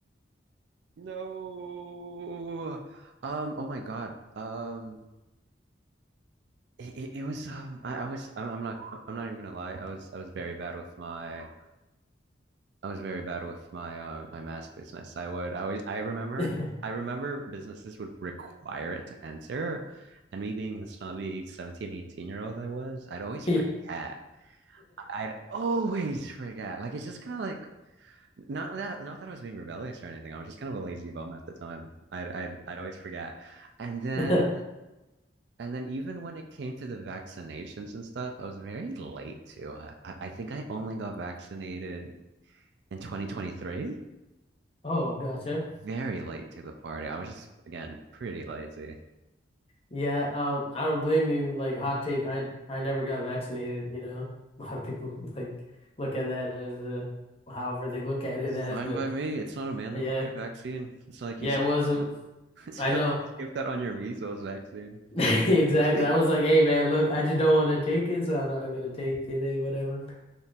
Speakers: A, on the right (about 65°); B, on the left (about 30°).
A: No. Um, oh my God. Um it, it, it was um I, I was I'm, I'm not I'm not even gonna lie. I was I was very bad with my I was very bad with my uh my mask business. I would I always I remember
B: <laughs>
A: I remember businesses would require it to enter. And me being the snobby 17, 18 year old I was, I'd always forget.
B: Yeah.
A: I'd always forget. Like it's just kind of like not that not that I was being rebellious or anything. I was just kind of a lazy bum at the time. I'd I'd I'd always forget. And Yeah. then
B: <laughs>
A: And then even when it came to the vaccinations and stuff, I was very late to it. I, I think I only got vaccinated in 2023.
B: Oh, gotcha.
A: Very late to the party. I was just, again, pretty lazy.
B: Yeah, um, I don't blame you. Like hot take, I I never got vaccinated, you know. <laughs> A lot of people like look at that as uh however they look at it as,
A: Fine
B: but
A: by me. It's not a mandatory
B: yeah,
A: vaccine. It's not like
B: yeah,
A: you skipped
B: it wasn't.
A: out. <laughs> It's
B: I
A: not
B: know.
A: like you skipped out on your measles vaccine.
B: <laughs> Exactly.
A: <laughs>
B: I was like, "Hey man, look, I just don't want to take it, so I'm not gonna take it. Hey, whatever."